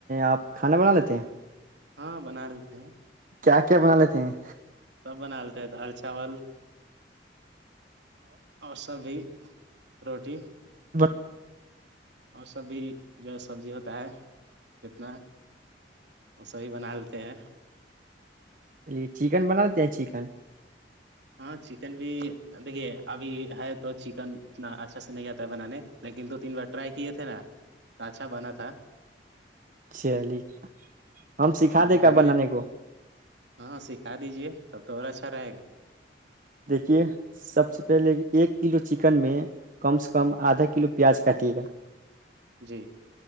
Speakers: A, on the right; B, on the right.
A: آپ کھانا بنا لیتے ہیں
B: ہاں بنا لیتے ہیں
A: کیا کیا بنا لیتے ہیں
B: سب بنا آلتا آل چاول اور سبھی روٹی
A: بس
B: اور سب بھی جو سبزی ہوتا ہے جتنا وہ سبھی بنا لیتے ہیں
A: چلیے چکن بناتے ہیں چکن
B: ہاں چکن بھی دیکھیے ابھی ہے تو چکن اتنا اچھا سے نہیں آتا ہے بنانے لیکن دو تین بار ٹرائی کیے تھے نا اچھا بنا تھا
A: چلیے ہم سکھا
B: لیکن
A: دے گ
B: آگے
A: بنانے کو
B: ہاں سکھا دیجیے تب تو اور اچھا رہے گا
A: دیکھیے سب سے پہلے ایک کلو چکن میں کم سے کم آدھا کلو پیاز کاٹیے گا
B: جی